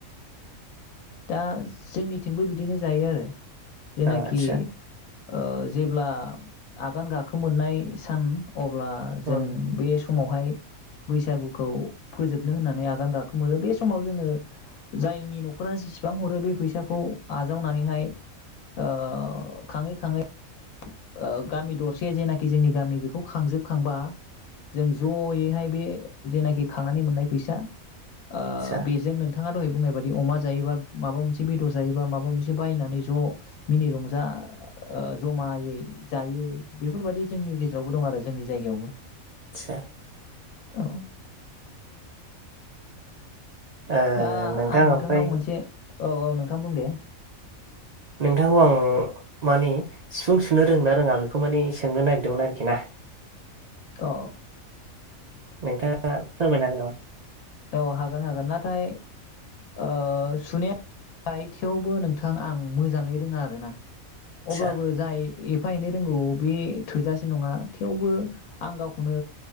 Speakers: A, on the left (about 85°); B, on the right (about 80°).
A: दा जोंनिथिंबो बिदिनो जायो आरो जेनाखि
B: औ आदसा
A: ओ जेब्ला आगान गाखो मोननाय सान अब्ला जों
B: उम
A: बे समावहाय बैसागुखौ फोजोबनो होननानै आगान गाखोमोरो बे समाव जोङो जायनि नख नखरा जेसेबां हरो बे फैसाखौ आजावनानैहाय ओ खाङै खाङै ओ गामि दरसे जेनाखि जोंनि गामि बेखौ खांजोबखांबा जों जयैहाय बे जेनाखि खांनानै मोननाय फैसा ओ
B: आदसा
A: बेजों नोंथां बिथाङा दहाय बुंनाय बादि अमा जायोबा माबा मोनसे बेदर जायोबा माबा मोनसे बायनानै ज' मिनि रंजा ओ जमायै जायो बेफोरबायदि जोंनि गेजेरावबो दं आरो जोंनि जायगायावबो।
B: <unintelligible>
A: औ।
B: ओ
A: दा
B: नोंथां
A: आं नोंथांनाव
B: ओमफ्राय
A: मोनसे औ औ नोंथां बुं दे।
B: नोंथांखौ आं माने सिफुं सुनो रोङोना रोङा बेखौ माने सोंनो नागिरदोंमोन आरोखि ना।
A: औ।
B: नोंथाङा फोरमायो हागोन नामा?
A: औ हागोन हागोन नाथाय ओ सुनाया थयावबो नोंथां आं मोजाङै रोङा आरो ना।
B: आदसा
A: अब्लाबो जाय एफा एनै रोंगौ बे थोजासे नङा थेवबो आं गावखौनो